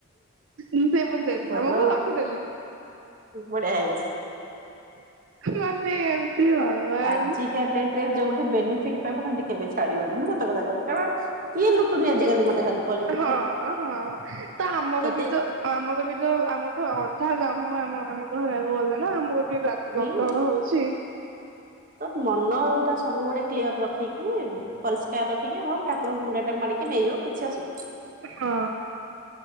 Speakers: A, on the right (about 60°); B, on the right (about 40°).
A: ଉଁ ସେ ମତେ ଦେଇଦେଲା
B: ଭଲ
A: ମୁଁ ବି ରଖିଦେଲି।
B: ବଢିଆ ହେଇଛି
A: ମାନେ ଏମତି ଭଗବାନ
B: ଆଜିକା ଡେଟ୍ ଟରେ ଯୋଉଠି ବେନିଫିଟ୍ ପାଇବ ନା ହେଟି କେବି ଛାଡିବନି ମୁଁ ସତ କଥା କୋହୁଚି କାରଣ କିଏ ଲୁଟୁନି ଆଜିକାଲି ମତେ ଖାଲି କହିଲ ଦେଖିଆ
A: ହଁ ହଁ ତ ଆମର
B: ଯଦି
A: ବି ତ ଆମର ବି ତ ଆମର ତ ଅଧା ବ୍ରାହ୍ମଣ ଆମ ଆମେ କହିବାକୁ ଗଲେ। ନା ଆମର କି ବା
B: ହୁଁ
A: ବ୍ରତଘର ହୋଉଛି।
B: ତ ମନ ଟା ସବୁବେଳେ କ୍ଲିୟର ରଖିକି ପରିଷ୍କାର ରଖିକି ହଁ ଠାକୁରଙ୍କୁ ମୁଣ୍ଡିଆଟେ ମାରିକି ନେଇଯିବୁ କିଛି ଅସୁ
A: ହଁ।